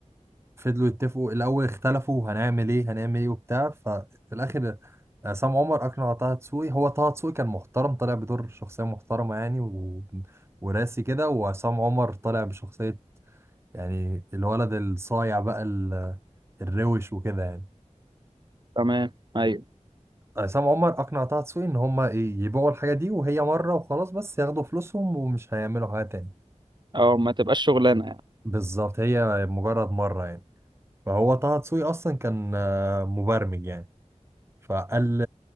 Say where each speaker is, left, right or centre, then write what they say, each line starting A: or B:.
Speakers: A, on the right; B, on the right.
A: يتفقوا الاول اختلفوا هنعمل ايه هنعمل ايه وبتاع ففي الاخر عصام عمر اقنع طه دسوقي هو طه دسوقي كان محترم طالع بدور شخصيه محترمه يعني و... وراسي كده وعصام عمر طالع بشخصيه يعني الولد الصايع بقى ال- الروش وكده يعني
B: تمام ايوه
A: عصام عمر اقنع طه دسوقي ان هما ايه يبيعوا الحاجه دي وهي مره وخلاص بس ياخدوا فلوسهم ومش هيعملوا حاجه تاني
B: اه ما تبقاش شغلانة يعني
A: بالظبط هي مجرد مره يعني فهو طه دسوقي اصلا كان آه، مبرمج يعني فقال